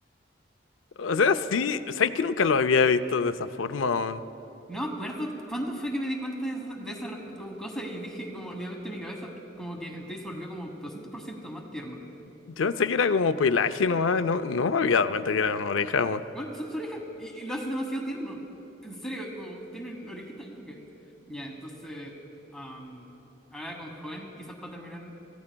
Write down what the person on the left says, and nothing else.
O sea, sí, ¿sabes que nunca lo había visto de esa forma, weón?
Yo pensé que era como pelaje nomás, no, no me había dado cuenta que era una oreja,